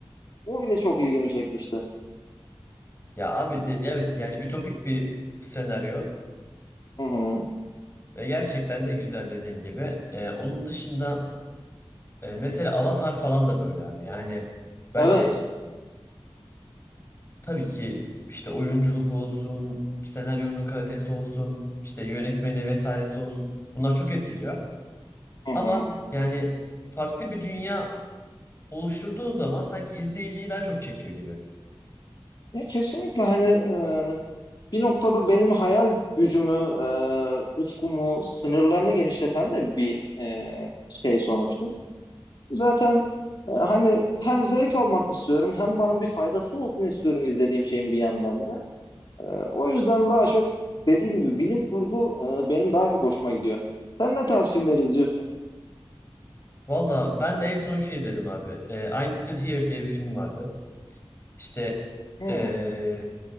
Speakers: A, on the left (about 50°); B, on the left (about 25°).
A: O bile çok ilgimi çekmişti.
B: Ya abi de, evet yani ütopik bir senaryo
A: Hı hı.
B: ve gerçekten de güzel dediğin gibi. Ee, onun dışında e, mesela Avatar falan da böyle abi. Yani bence
A: Evet.
B: Tabii ki işte oyunculuk olsun, senaryonun kalitesi olsun, işte yönetmeni vesairesi olsun. Bunlar çok etkiliyor.
A: Hı hı.
B: Ama yani farklı bir dünya oluşturduğun zaman sanki izleyiciyi daha çok çekiyor gibi.
A: Ya kesinlikle hani e, Bir noktada benim hayal gücümü, e, ufkumu, sınırlarını genişleten de bir e, şey sonuçta. Zaten e, hani hem zevk almak istiyorum hem bana bir faydası olsun istiyorum izlediğim şeyin bir yandan da. E, o yüzden daha çok dediğim gibi bilim kurgu e, benim daha çok hoşuma gidiyor. Sen ne tarz filmler izliyorsun?
B: Valla ben de en son şey izledim abi. Ee, I'm Still Here diye bir film vardı. İşte
A: Hmm.
B: ee,